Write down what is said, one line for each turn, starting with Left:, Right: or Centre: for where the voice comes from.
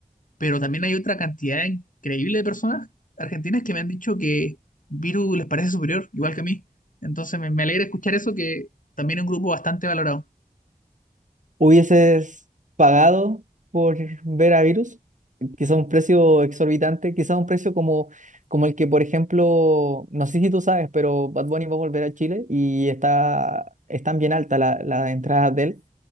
Left: pero también hay otra cantidad increíble de personas argentinas que me han dicho que Viru les parece superior, igual que a mí. Entonces me, me alegra escuchar eso, que también es un grupo bastante valorado.
Right: hubieses pagado por ver a Virus, quizá un precio exorbitante, quizá un precio como, como el que, por ejemplo, no sé si tú sabes, pero Bad Bunny va a volver a Chile y está, están bien altas la- las entradas de él.